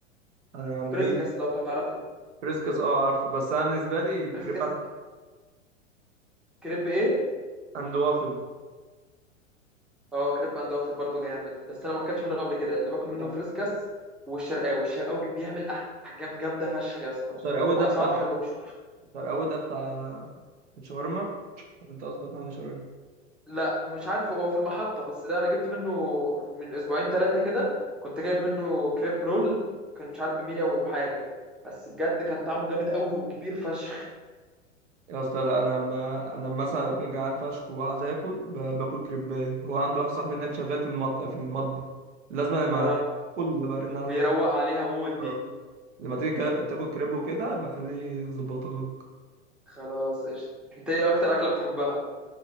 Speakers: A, on the right (about 70°); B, in the centre.
A: انا عند
B: بريسكس
A: مين
B: لو تعرفه
A: فريسكس اه عارفه بس انا بالنسبه لي كريب
B: بريسكس
A: عند
B: كريب ايه
A: عند وافل
B: اه كريب عند وافل برضه جامد بس انا ما اكلتش منه قبل كده اللي باكل منه
A: لا
B: فريسكس والشرقاوي الشرقاوي بيعمل احجام جامده فشخ يا اسطى
A: شارع اول
B: واسعاره
A: ده بتاع
B: حلوه مش
A: فرقة ده بتاع الشاورما طب انت قصدك عن الشاورما
B: لا مش عارف هو في المحطة بس ده أنا جبت منه من أسبوعين ثلاثة كده كنت جايب منه كريب رول كان مش عارف بمية وحاجة بس بجد كان طعمه جامد قوي وكبير فشخ
A: يا اسطى لا انا لما انا لما مثلا اكون جعان فشخ وعايز اكل ب- باكل كريبايه هو عنده واحد صاحبي هناك شغال في المط... في المطبخ لازم لما
B: آه
A: كل برن عليا
B: بيروق عليها مود دي
A: آه، لما تيجي كا- تاكل كريب وكده خليه يظبطها لك
B: خلاص قشطة أنت إيه أكتر أكلة بتحبها؟